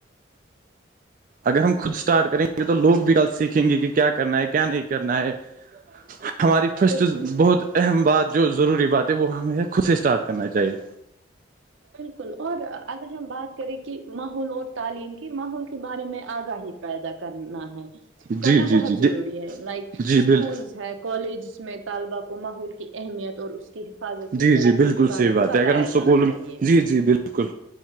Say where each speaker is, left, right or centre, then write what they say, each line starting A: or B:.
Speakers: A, on the right; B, on the right.
A: اگر ہم خود اسٹارٹ کریں گے تو لوگ بھی غلط سیکھیں گے کہ کیا کرنا ہے کیا نہیں کرنا ہے ہماری فسٹ
B: بالکل بالکل
A: بہت اہم بات جو ضروری بات ہے وہ ہمیں خود سے اسٹارٹ کرنا چاہیے
B: بالکل اور اگر ہم بات کریں کہ ماحول اور تعلیم کی ماحول کے بارے میں آگاہی ت پیدا کرنا ہے
A: جی
B: کرنا
A: جی
B: بہت
A: جی
B: ضروری ہے لائک اسکولس
A: جی بال
B: ہے کالجس میں طالبہ کو ماحول کی اہمیت اور اس کی حفاظت کے
A: جی
B: طریقوں
A: جی بالکل
B: کے
A: صحیح
B: بارے
A: بات
B: میں بتایا
A: ہے اگر ہم سکول
B: جانا
A: جی
B: چاہیے
A: جی بالکل